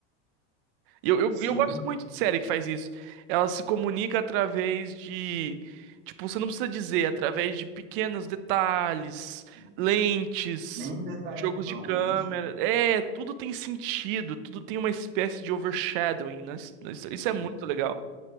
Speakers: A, on the right; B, on the right.
A: E eu, eu,
B: sim.
A: eu gosto muito de série que faz isso. Ela se comunica através de. Tipo, você não precisa dizer, através de pequenos detalhes,
B: sim.
A: lentes,
B: Nenhum detalhe
A: jogos
B: em vão,
A: de câmera.
B: não é isso?
A: É, tudo tem sentido, tudo tem uma espécie de overshadowing na his- na história. Isso é
B: Sim.
A: muito legal.